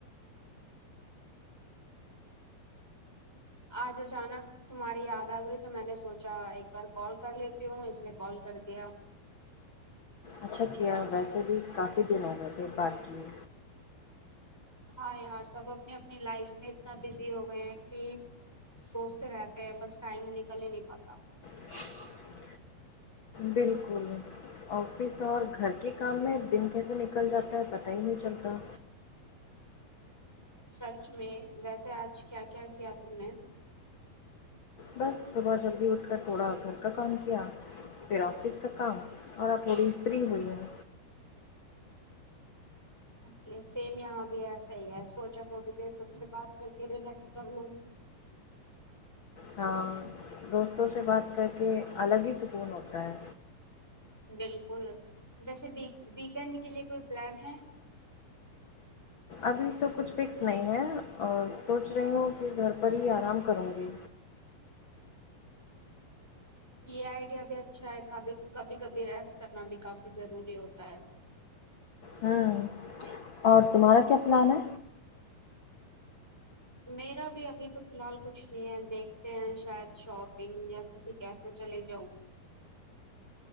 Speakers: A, in the centre; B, on the left (about 85°).
A: آج اچانک تمہاری یاد آ گئی تو میں نے سوچا ایک بار کال کر لیتی ہوں اس لیے کال کر دیا
B: اچھا کیا ویسے بھی کافی دن ہو گئے تھے بات کیے
A: ہاں یار سب اپنی اپنی لائف میں اتنا بزی ہو گیے ہیں کہ سوچتے رہتے ہیں بس ٹائم نکل ہی نہیں پاتا
B: <inaudible> بالکل آفس اور گھر کے کام میں دن کیسے نکل جاتا ہے پتا ہی نہیں چلتا
A: سچ میں ویسے آج کیا کیا کیا تم نے
B: بس صبح جلدی اٹھ کر تھوڑا گھر کا کام کیا پھر آفس کا کام اور آپ تھوڑی فری ہوئی ہیں
A: اوکے سیم یہاں بھی ایسا ہی ہے سوچا تھوڑی دیر تم سے بات کر کے ریلیکس کر لوں
B: ہاں دوستوں سے بات کر کے الگ ہی سکون ہوتا ہے
A: بالکل ویسے ویکینڈ کے لیے کوئی پلان ہے
B: ابھی تو کچھ فکس نہیں ہے اور سوچ رہی ہوں کہ گھر پر ہی آرام کروں گی
A: یہ آئیڈیا بھی اچھا ہے کبھی کبھی کبھی ریسٹ کرنا بھی کافی ضروری ہوتا ہے
B: ہاں اور تمہارا کیا پلان ہے
A: میرا بھی ابھی تو فی الحال کچھ نہیں ہے دیکھتے ہیں شاید شاپنگ یا ویسے کیفے چلے جاؤ